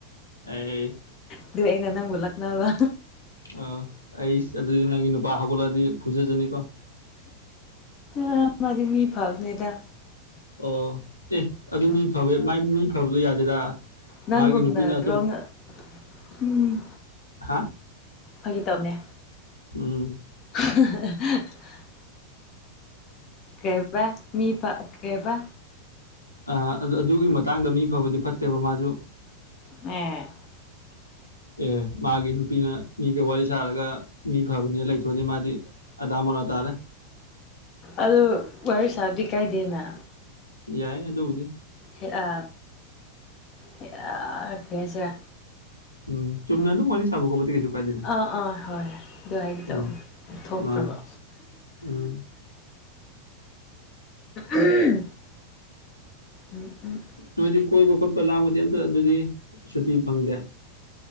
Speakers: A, on the left; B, on the left.
A: ꯑꯩ
B: ꯑꯗꯨ ꯑꯩꯅ ꯅꯪꯕꯨ ꯂꯛꯅꯕ
A: ꯑ ꯑꯩ ꯑꯗꯨ ꯀ ꯅꯨꯄꯥ ꯁꯒ ꯍꯥꯏꯗꯤ ꯐꯣꯖꯦꯖꯅꯤ ꯀꯣ
B: ꯑ ꯃꯥꯗꯤ ꯃꯤ ꯐꯥꯕꯅꯦꯗꯥ
A: ꯑꯣ ꯑꯦ ꯑꯗꯨ ꯃꯤ ꯐꯕꯩ ꯃꯥꯏ ꯃꯤ ꯐꯕꯗꯣ ꯌꯥꯗꯦꯗ
B: ꯅꯪꯒꯨꯝꯅ
A: ꯃꯥꯒꯤ ꯅꯨꯄꯤꯅ ꯑꯇꯣꯞ
B: ꯔꯣꯅ ꯎꯝ
A: ꯍꯥ
B: ꯐꯥꯒꯤ ꯇꯧꯕꯅꯦ
A: ꯎꯝ
B: <unintelligible> ꯀꯩꯕ ꯃꯤ ꯄ ꯀꯩꯕ
A: ꯑ ꯑꯗꯨꯒꯤ ꯃꯇꯥꯡꯗ ꯃꯤ ꯐꯕꯗꯤ ꯐꯠꯇꯦꯕ ꯃꯥꯁꯨ
B: ꯎꯝ
A: <unintelligible> ꯑꯦ ꯃꯥꯒꯤ ꯅꯨꯄꯤꯅ ꯃꯤꯒ ꯋꯥꯔꯤ ꯁꯥꯔꯒ ꯃꯤ ꯐꯕꯅꯦ ꯂꯩꯊꯣꯛꯑꯗꯤ ꯃꯥꯗꯤ ꯑꯗꯃꯣꯔꯥ ꯇꯥꯥꯔꯦ
B: ꯑꯗ ꯋꯥꯔ ꯁꯥꯕꯗꯤ ꯀꯥꯏꯗꯦꯅ
A: ꯌꯥꯏ ꯑꯗꯨꯕꯨꯗꯤ
B: ꯍꯦ ꯑ ꯍꯦ ꯑꯑ ꯀꯩ ꯍꯥꯏꯁꯤꯔ
A: ꯎꯝ ꯆꯨꯝꯅ ꯑꯗꯨꯝ ꯋꯥꯔꯤ ꯁꯥꯕ ꯈꯣꯠꯄꯗꯤ ꯀꯩꯁꯨ ꯀꯥꯏꯗꯦꯅ
B: ꯑꯥ ꯑꯥ ꯍꯣꯏ ꯑꯗꯨ ꯍꯥꯏꯒꯦ ꯇꯧꯕꯅꯦ
A: ꯎꯝ
B: ꯊꯣꯛꯇ꯭ꯔꯕ
A: ꯃꯥꯅꯤ ꯎꯝ
B: ꯎ ꯎꯝꯝ ꯎꯝ ꯎꯝ
A: ꯑꯗꯨꯗꯤ ꯀꯣꯏꯕ ꯈꯣꯠꯄ ꯂꯥꯡꯕꯗꯤ ꯑꯝꯇ ꯑꯗꯨꯗꯤ ꯁꯨꯇꯤ ꯐꯪꯗꯦ